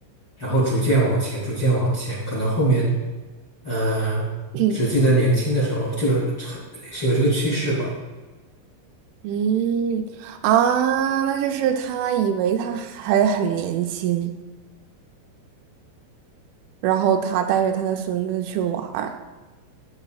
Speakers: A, on the left; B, on the right.
A: 然后逐渐往前，逐渐往前，可能后面，嗯，
B: <clears throat>
A: 只记得年轻的时候，就是很是有这个趋势吧。
B: 嗯啊，那就是他以为他还很年轻，然后他带着他的孙子去玩儿，